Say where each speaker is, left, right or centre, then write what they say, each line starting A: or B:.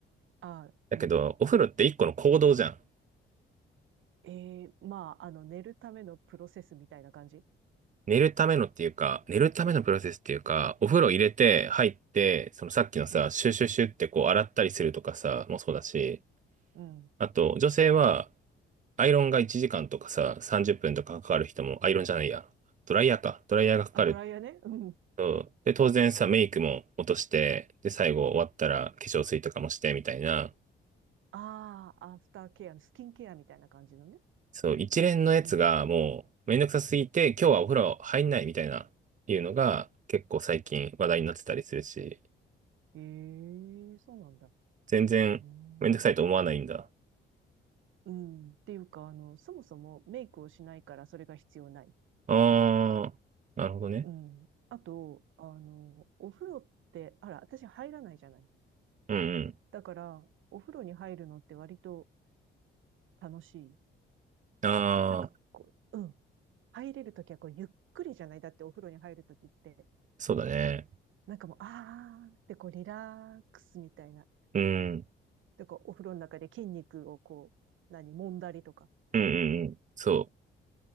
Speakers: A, on the right (about 80°); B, on the right (about 40°).
A: あ、
B: だけど、
A: うん。
B: お風呂って一個の行動じゃん。
A: きえーまあ、あの、寝るためのプロセスみたいな感じ
B: 寝るためのっていうか、寝るためのプロセスっていうか、お風呂入れて、入って、そのさっきのさ、
A: うん。
B: シュシュシュってこう洗ったりするとかさ、もそうだし、
A: うん。
B: あと、女性は、アイロンが1時間とかさ、30分とかかかる人も、アイロンじゃないや、ドライヤーか、ドライヤーがかかる
A: あ、ドライヤーね。うん。
B: と、で、当然さ、メイクも落として、で、最後終わったら化粧水とかもして、みたいな、
A: ああ、アフターケアのスキンケアみたいな感じのね。
B: そう、一連のやつがもう、
A: うん。
B: めんどくさすぎて、今日はお風呂入んないみたいな、いうのが、結構最近話題になってたりするし、
A: ええそうなんだ。
B: 全然めんどくさいと思わないんだ。
A: うーん。うん。っていうか、あの、そもそもメイクをしないからそれが必要ない。
B: ああ、なるほどね。
A: うん。あと、あの、お風呂って、あら、私入らないじゃない。
B: うんうん。
A: だから、お風呂に入るのって割と楽しい。
B: ああ、
A: なんかこう、うん。入れるときはこう、ゆっくりじゃない。だってお風呂に入るときって、
B: そうだね。
A: なんかもう、あーってこう、リラックスみたいな。
B: うん。うん
A: で、こう、お風呂の中で筋肉をこう、何、揉んだりとか。
B: うんうん。そ